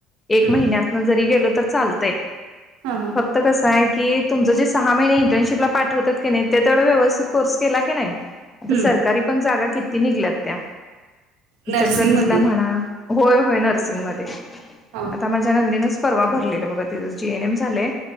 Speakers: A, on the left (about 20°); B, on the right (about 75°).
A: एक
B: हं.
A: महिन्यातन जरी गेलो तर चालतंय.
B: हा हां.
A: फक्त कस कस आहे की तुमचं जे सहा महिने इंटर्नशिपला पाठवतात. की नाही ते तेवढ व्यवस्थित कोर्स केला की नाही. आता
B: हं.
A: सरकारी पण जागा किती निघल्यात त्या इचलकरंजीला
B: नर्सिंगमध्ये.
A: म्हणा. होय होय नर्सिंगमध्ये.
B: हा.
A: आता माझ्या नंदेनच परवा भरलेलं बघा तिचं जी एन एम झालंय.